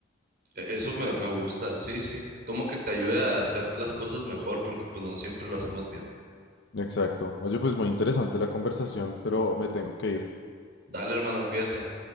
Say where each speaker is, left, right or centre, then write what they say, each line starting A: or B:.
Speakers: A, on the right; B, on the left.
A: e- eso me, me gusta, sí, sí. Como que te ayuda a hacer las cosas mejor porque pues no siempre lo hacemos bien.
B: Exacto. Oye, pues muy interesante la conversación, pero me tengo que ir.
A: Dale, hermano, cuídate.